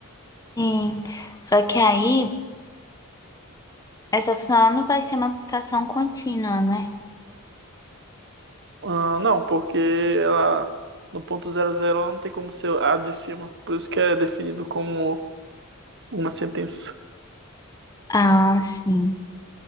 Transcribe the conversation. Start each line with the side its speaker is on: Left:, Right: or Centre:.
Left: Sim, só que aí, essa função ela não vai ser uma aplicação contínua, né?
Right: Ah, não, porque ela no ponto zero zero ela não tem como ser a de cima, por isso que é definido como uma sentença.
Left: Ah, sim.